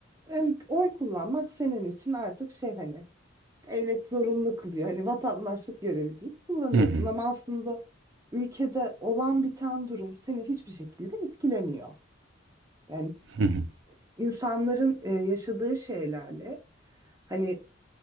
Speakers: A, on the right; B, on the right.
A: Yani oy kullanmak senin için artık şey hani devlet zorunlu kılıyor. Hani vatandaşlık görevi deyip kullanıyorsun
B: Hı hı.
A: ama aslında ülkede olan biten durum seni hiçbir şekilde etkilemiyor. Yani
B: Hı hı.
A: insanların e, yaşadığı şeylerle hani